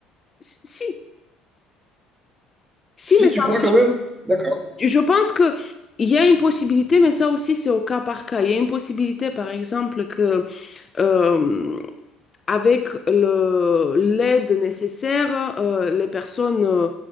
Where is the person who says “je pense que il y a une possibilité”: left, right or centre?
Left